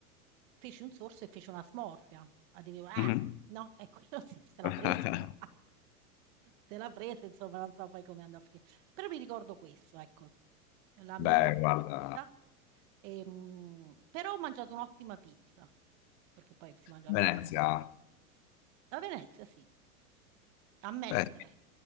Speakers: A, on the right (about 55°); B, on the left (about 45°).
A: Feci un sorso e fece una smorfia. Ah, dicevo, ah,
B: Mhm.
A: no, e quello si- <laughs> se la
B: <laughs>
A: prese, <laughs> ma se la prese, insomma, non so poi come andò a finire. Però mi ricordo questo, ecco, la
B: Beh,
A: miglior pizza.
B: guarda,
A: Ehm, però ho mangiato un'ottima pizza, perché poi si mangiava
B: Venezia,
A: pizza. A Venezia, sì, a Mestre,
B: beh,